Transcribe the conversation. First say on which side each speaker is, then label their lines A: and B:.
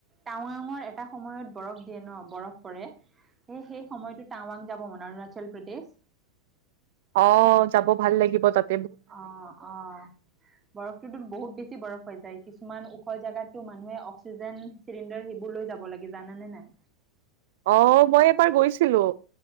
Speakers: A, on the right; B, on the right.
A: টাৱাঙৰ এটা সময়ত বৰফ দিয়ে ন- বৰফ পৰে স সেই সময়টো টাৱাং যাব মানে অৰুণাচল প্ৰদেশ।
B: অ যাব ভাল লাগিব তাত-
A: অ অ বৰফটোতটো বহুত বেছি বৰফ হৈ যায় কিছু- কিছুমান ওখ জাগাতটো মানুহে অক্সিজেন চিলিণ্ডাৰ সেইবোৰ লৈ যাব লাগে জানে নাই?
B: অ মই এবাৰ গৈছিলো,